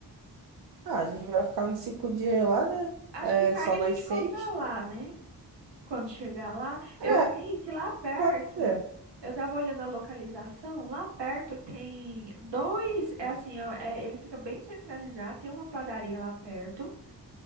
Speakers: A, on the right; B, on the right.
A: ah, a gente vai ficar uns cinco dias lá, né?
B: Acho
A: É,
B: que carne
A: só
B: a
A: nós
B: gente
A: seis?
B: compra lá, né? Quando chegar lá, eu
A: É,
B: vi que lá perto,
A: pode ser.
B: eu tava olhando a localização, lá perto tem dois, é assim, ó, é, ele fica bem centralizado, tem uma padaria lá perto,